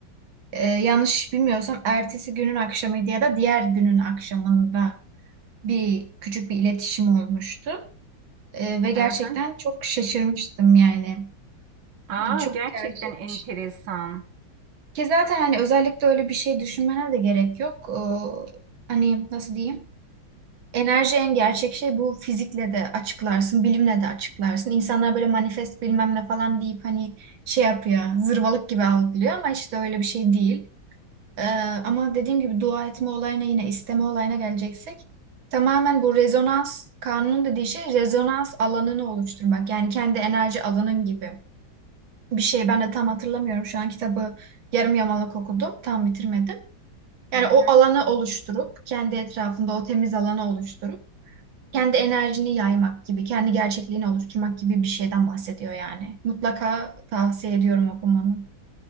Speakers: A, on the right; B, on the right.
A: Ee, yanlış bilmiyorsam ertesi günün akşamıydı ya da diğer günün akşamında bir küçük bir iletişim olmuştu. Ee, ve gerçekten
B: hı hı.
A: çok şaşırmıştım yani.
B: Aa
A: Çok
B: gerçekten
A: gerçekmiş.
B: enteresan.
A: Ki zaten hani özellikle öyle bir şey düşünmene de gerek yok. Ee, hani nasıl diyeyim? Enerji en gerçek şey bu fizikle de açıklarsın, bilimle de açıklarsın. İnsanlar böyle manifest bilmem ne falan deyip hani şey yapıyor, zırvalık gibi algılıyor ama işte öyle bir şey değil. Ee, ama dediğim gibi dua etme olayına yine isteme olayına geleceksek tamamen bu rezonans kanunun dediği şey rezonans alanını oluşturmak. Yani kendi enerji alanın gibi bir şey. Ben de tam hatırlamıyorum şu an kitabı yarım yamalak okudum, tam bitirmedim. Yani
B: Hı
A: o
B: hı.
A: alanı oluşturup kendi etrafında o temiz alanı oluşturup kendi enerjini yaymak gibi, kendi gerçekliğini oluşturmak gibi bir şeyden bahsediyor yani. Mutlaka tavsiye ediyorum okumanı.